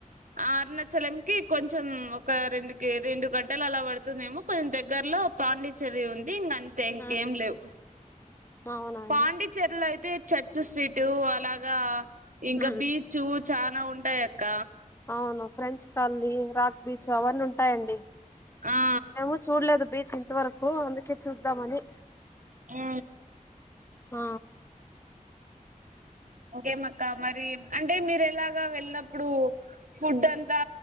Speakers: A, on the right (about 70°); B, on the left (about 20°).
A: అరుణాచలంకి కొంచెం ఒక రెండుకి రెండు గంటలు అలా పడుతుందేమో కొంచెం దగ్గరలో పాండిచ్చేరి ఉంది ఇంగ అంతే ఇంకేం
B: ఆ
A: లేవు
B: అవునండి
A: పాండిచ్చేరిలో అయితే చర్చు స్ట్రీటు అలాగా ఇంకా
B: ఉమ్
A: బీచ్చు చా నా ఉంటాయ్ అక్క
B: అవును ఫ్రెంచ్ కాల్దీ రాక్ బీచ్ అవన్నీ ఉంటాయండి
A: ఆ
B: మేము చూడ్లేదు బీ చింతవరకు అందుకే చూద్దామని
A: ఆ
B: ఆ
A: ఇంకేం అక్క మరి అం టే మీరెలా వెళ్ళినప్పుడు ఫుడ్ అంతా